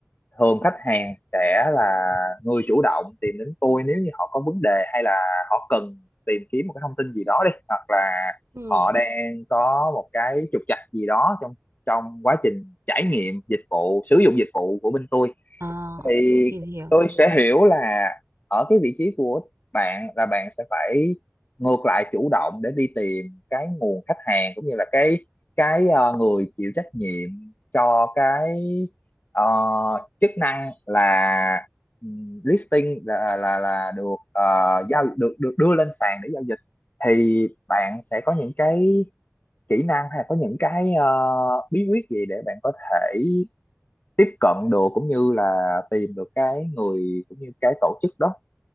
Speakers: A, on the left; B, on the right.
A: thường khách hàng sẽ là người chủ động tìm đến tôi nếu như họ có vấn đề hay là họ cần tìm kiếm một cái thông tin gì đó đi hoặc là
B: Ừ.
A: họ đang có một cái trục trặc gì đó trong trong quá trình trải nghiệm dịch vụ sử dụng dịch vụ của bên tôi
B: Ờ,
A: thì
B: hiểu hiểu.
A: tôi sẽ hiểu là ở cái vị trí của bạn là bạn sẽ phải ngược lại chủ động để đi tìm cái nguồn khách hàng cũng như là cái cái ờ, người chịu trách nhiệm cho cái ờ, chức năng là ừm, listing là là là được ờ, giao được được đưa lên sàn để giao dịch thì bạn sẽ có những cái kỹ năng hay là có những cái ờ, bí quyết gì để bạn có thể tiếp cận được cũng như là tìm được cái người cũng như cái tổ chức đó